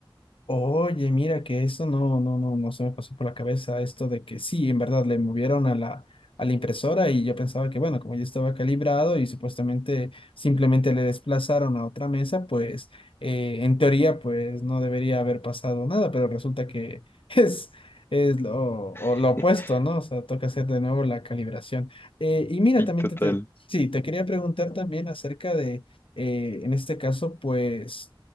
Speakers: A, on the left; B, on the left.
A: Oye, mira que eso no, no, no, no se me pasó por la cabeza esto de que sí, en verdad le movieron a la, a la impresora y yo pensaba que bueno, como ya estaba calibrado y supuestamente simplemente le desplazaron a otra mesa, pues eh, en teoría pues no debería haber pasado nada, pero resulta que <laughs> es, es lo, o
B: <laughs>
A: lo opuesto, ¿no? O sea, toca hacer de nuevo la calibración. Eh, y mira,
B: Sí,
A: también
B: total.
A: te, te- sí, te quería preguntar también acerca de, eh, en este caso, pues...